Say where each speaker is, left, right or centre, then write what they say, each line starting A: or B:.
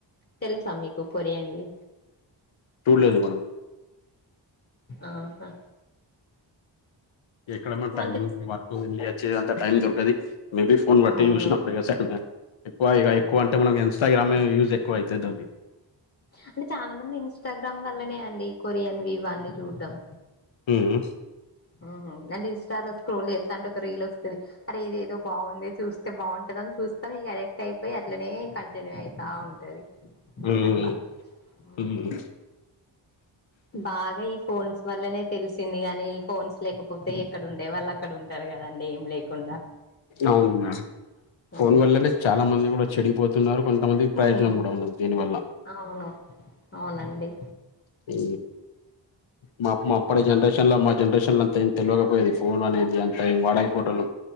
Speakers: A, on the left (about 30°); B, on the left (about 90°).
A: తెల్సా మీకు కొరియన్వి
B: చూడ్లేదు మనం
A: ఆహా
B: ఎక్కడ మ్యామ్ టైమ్
A: అంటే
B: వర్క్ వెళ్ళి వచ్చేంత టైం దొరకది మేబి ఫోన్ బట్టి
A: అవును
B: చూసినప్పుడు కద స ఎక్కువ ఇగ ఎక్కువ అంటే మనం ఇన్స్ట్రాగ్రామే యూజ్ ఎక్కువ అయితది అది
A: అంటే చాలా మంది ఇన్స్టాగ్రామ్ వల్లనే అండి కొరియన్వి ఇవి అన్నీ చూడమ్
B: ఉమ్
A: ఆహా అంటే ఇన్స్టాలో స్క్రోల్ చేస్తా అంటే ఒక రీల్ వస్తది అరే ఇదేదో బాగుందంది చూస్తే బాగుంటందని చూస్తాం ఇగ అరెక్ట్ అయిపోయి అట్లనే కంటిన్యూ అయితా ఉ టది
B: ఉమ్,
A: అట్లా ఊ
B: ఉమ్.
A: బాగా ఈ ఫోన్స్ వల్లనే తెలిసింది గానీ ఫోన్స్ లేకపోతే ఎక్కడ ఉండే వాళ్ళు అక్కడ ఉంటారు కదండి ఏం లేకుండా
B: అవున ఫోన్
A: ఆహా
B: వల్లనే చాలా మంది కూడా చెడిపోతున్నారు కొంతమంది ప్రయోజనం
A: ఉమ్
B: కూడా ఉన్నది దీని వల్ల
A: అవును అవునండి
B: ఊ మా మా అప్పడే జనరేషన్ లో మా జనరేషన్ లో అంత ఏం తెలియకపోయేది ఫోన్ అనేది అంత ఏం వాడకపోయెటలం